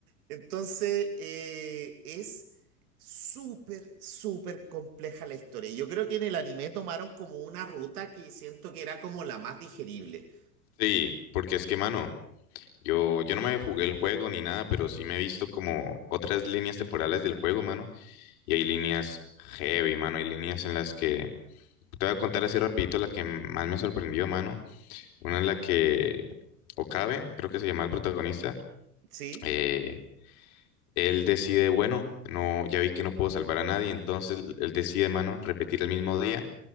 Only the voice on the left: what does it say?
Sí, porque es que, mano, yo, yo no me jugué el juego ni nada, pero sí me he visto como otras líneas temporales del juego, mano, y hay líneas heavy, mano, hay líneas en las que, te voy a contar así rapidito la que más me sorprendió, mano, una en la que Okabe, creo que se llama el protagonista,
eh, él decide, bueno, no, ya vi que no puedo salvar a nadie, entonces él decide, mano, repetir el mismo día